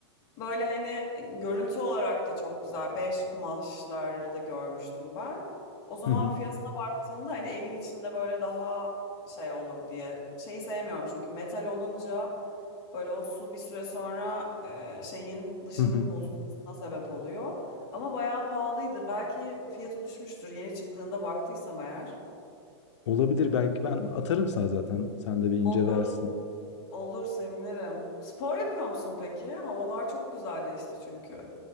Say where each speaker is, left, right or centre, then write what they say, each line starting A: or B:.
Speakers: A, on the left; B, on the left.
A: Böyle hani görüntü olarak da çok güzel. Beş kumaşlarda görmüştüm ben. O zaman
B: Hı hı.
A: fiyatına baktığımda hani evin içinde böyle daha şey olur diye. Şeyi sevmiyorum çünkü metal olunca böyle o su bir süre sonra e, şeyin dışının
B: Hı hı.
A: bozulmasına sebep oluyor. Ama bayağı pahalıydı. Belki fiyatı düşmüştür yeni çıktığında baktıysam eğer.
B: Olabilir belki ben atarım sana zaten sen de bir incelersin.
A: Olur, olur sevinirim. Spor yapıyor musun peki? Havalar çok güzelleşti çünkü.